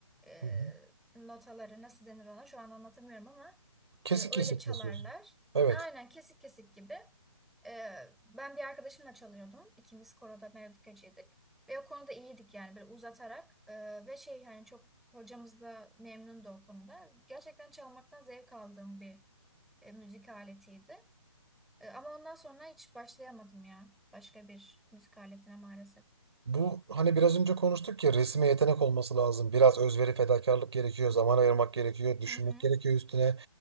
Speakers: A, in the centre; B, on the right (about 55°).
A: e,
B: hı hı.
A: notaları nasıl denir ona şu an anlatamıyorum ama
B: kesik
A: e, öyle
B: kesik
A: çalarlar.
B: basıyorsun. Evet.
A: Aynen kesik kesik gibi. E, ben bir arkadaşımla çalıyordum. İkimiz koroda melodikacıydık. Ve o konuda iyiydik yani böyle uzatarak e, ve şey hani çok hocamız da memnundu o konuda. Gerçekten çalmaktan zevk aldığım bir e, müzik aletiydi. E, ama ondan sonra hiç başlayamadım ya. Başka bir müzik aletine maalesef.
B: Bu hani biraz önce konuştuk ya resme yetenek olması lazım. Biraz özveri, fedakarlık gerekiyor, zaman ayırmak gerekiyor, düşünmek
A: Hı hı.
B: gerekiyor üstüne.